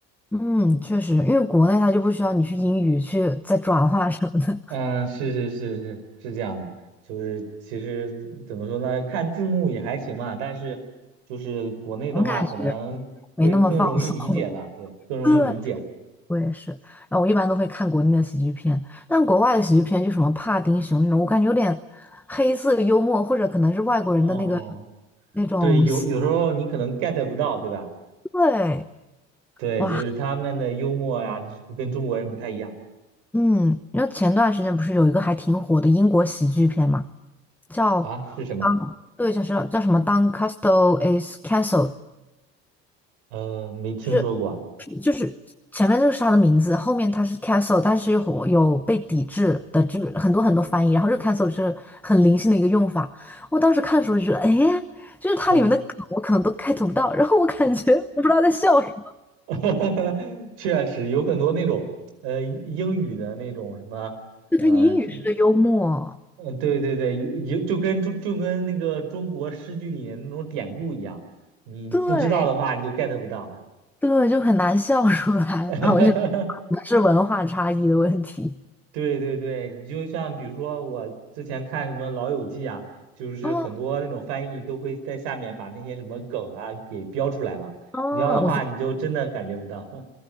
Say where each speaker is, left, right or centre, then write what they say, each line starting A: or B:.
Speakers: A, in the centre; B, on the right.
A: 嗯，确实，因为国内它就不需要你去英语去再转化什么的，
B: 嗯，是是是是是这样的，就是其实怎么说呢，看字幕也还行吧，但是就是国内的话，
A: 总感觉
B: 可能会更容易理解吧，
A: 没那么放松。<laughs>
B: 对，更容易理解。
A: 对，我也是。然后我一般都会看国内的喜剧片，但国外的喜剧片就什么帕丁熊那种，我感觉有点黑色幽默，或者可能是外国人的那个
B: 哦，
A: 那种喜
B: 对，有有时候你可能 get 不到，对吧？
A: 对，
B: 对，
A: 哇，
B: 就是他们的幽默呀，跟中国人不太一样
A: 嗯，然后前段时间不是有一个还挺火的英国喜剧片嘛，叫
B: 啊，是什么？
A: 当，对，叫什叫什么《当 c a s t l e is c a n c e l l e
B: 呃，没听说过啊。
A: 是就是前面这个是他的名字，后面他是 castle，但是有有被抵制的，就是很多很多翻译。然后这个 castle 是很灵性的一个用法。我当时看的时候就觉得，哎，就是它里面的梗我可能都
B: 嗯
A: get 不到，然后我感觉我不知道在笑什么，
B: <laughs> 确实有很多那种呃英语的那种什么呃什么，
A: 就他英语式的幽默，
B: 嗯、呃对对对，有有就跟中就跟那个中国诗句里面那种典故一样，你不知道的话你就
A: 对
B: get 不到。
A: 对，就很难笑出来。
B: <laughs>
A: 然后我就觉得是文化差异的问题。
B: 对对对，你就像比如说我之前看什么《老友记》啊，就是很多那种翻译都会在下面把那些什么梗啊给标出来嘛，
A: 哦哦，
B: 你要的话你就真的感觉不到。
A: 我觉得
B: <laughs>